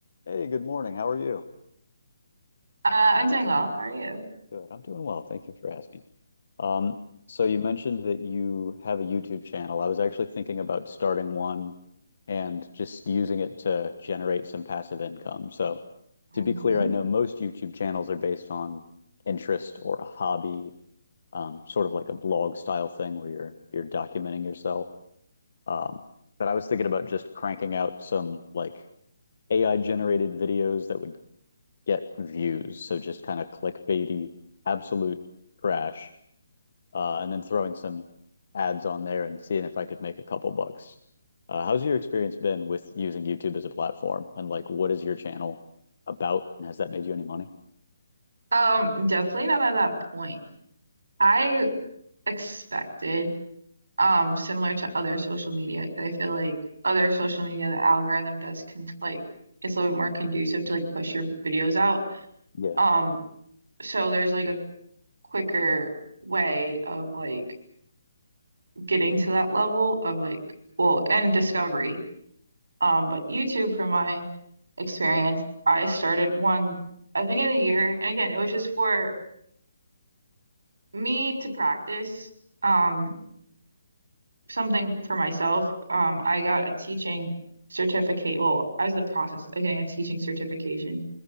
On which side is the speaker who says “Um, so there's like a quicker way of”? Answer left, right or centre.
Right